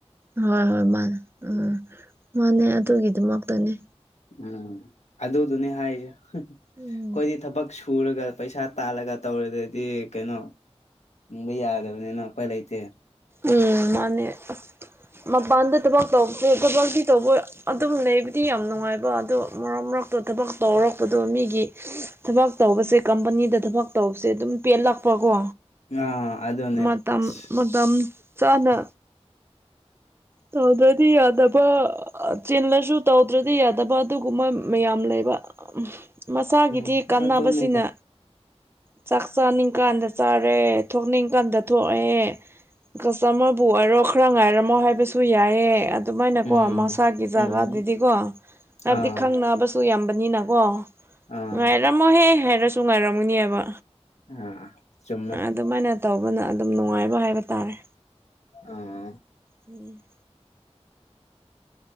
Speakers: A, on the right; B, on the left.
A: ꯍꯣꯏ ꯍꯣꯏ ꯃꯥꯅꯦ ꯎꯝ ꯃꯥꯅꯦ ꯑꯗꯨꯒꯤꯗꯃꯛꯇꯅꯦ
B: ꯎꯝ ꯑꯗꯨꯗꯨꯅꯦ ꯍꯥꯏꯖꯦ
A: ꯎꯝ
B: ꯈꯣꯏꯗꯤ ꯊꯕꯛ ꯁꯨ ꯄꯨꯔꯒ ꯄꯩꯁꯥ ꯇꯥꯜꯂꯒ ꯇꯧꯔꯦꯗꯗꯤ ꯀꯩꯅꯣ ꯍꯤꯡꯕ ꯌꯥꯗꯕꯅꯤꯅ ꯎꯄꯥꯏ ꯂꯩꯇꯦ
A: ꯎꯝ ꯃꯥꯅꯦ ꯑꯁ ꯃꯄꯥꯟꯗ ꯊꯕꯛ ꯇꯧꯕꯁꯦ ꯊꯕꯛ ꯇꯧꯕ ꯑꯗꯨꯝ ꯂꯩꯕꯗꯤ ꯌꯥꯝ ꯅꯨꯡꯉꯥꯏꯕ ꯑꯗꯣ ꯃꯔꯛ ꯃꯔꯛ ꯇꯣ ꯊꯕꯛ ꯇꯧꯔꯛꯄꯗꯣ ꯃꯤꯒꯤ ꯊꯕꯛ ꯇꯧꯕꯁꯦ ꯀꯝꯄꯅꯤꯗ ꯊꯕꯛ ꯇꯧꯕꯁꯦ ꯑꯗꯨꯝ ꯄꯦꯜꯂꯛꯄꯀꯣ
B: ꯑꯥ ꯑꯗꯨꯅꯦ
A: ꯃꯇꯝ
B: ꯑꯁ
A: ꯃꯇꯝ ꯆꯥꯅ ꯇꯧꯗ꯭ꯔꯗꯤ ꯌꯥꯗꯕ ꯑꯥ ꯆꯤꯜꯂꯁꯨ ꯇꯧꯗ꯭ꯔꯗꯤ ꯌꯥꯗꯕ ꯑꯗꯨꯒꯨꯝꯕ ꯃꯌꯥꯝ ꯂꯩꯕ ꯃꯁꯥꯒꯤꯗꯤ
B: ꯎꯝ
A: ꯀꯥꯟꯅꯕꯁꯤꯅ
B: ꯑꯗꯨꯅꯦꯗ
A: ꯆꯥꯛ ꯆꯥꯅꯤꯡ ꯀꯥꯟꯗ ꯆꯥꯔꯦ ꯊꯣꯛꯅꯤꯡ ꯀꯥꯟꯗ ꯊꯣꯛꯑꯦ ꯀꯁꯇꯃꯔꯕꯨ ꯑꯣꯏꯔꯣ ꯈꯔ ꯉꯥꯏꯔꯝꯃꯣ ꯍꯥꯏꯕꯁꯨ ꯁꯨ ꯌꯥꯏꯌꯦ ꯑꯗꯨꯃꯥꯏꯅꯀꯣ
B: ꯎꯝ
A: ꯃꯁꯥꯒꯤ ꯖꯒꯥꯗꯨꯗꯤꯀꯣ
B: ꯎꯝ
A: ꯍꯥꯏꯕꯗꯤ
B: ꯑꯥ
A: ꯈꯪꯅꯕ ꯁꯨ ꯌꯥꯝꯕꯅꯤꯅ ꯀꯣ
B: ꯑꯥ
A: ꯉꯥꯏꯔꯝꯃꯣꯍꯦ ꯍꯥꯏꯔꯁꯨ ꯉꯥꯏꯔꯝꯒꯅꯤꯕ
B: ꯑꯥ ꯆꯨꯝꯃꯦ
A: ꯑꯗꯨꯃꯥꯏꯅ ꯇꯧꯕꯅ ꯑꯗꯨꯝ ꯅꯨꯡꯉꯥꯏꯕ ꯍꯥꯏꯕ ꯇꯥꯔꯦ
B: ꯑ
A: ꯎꯝ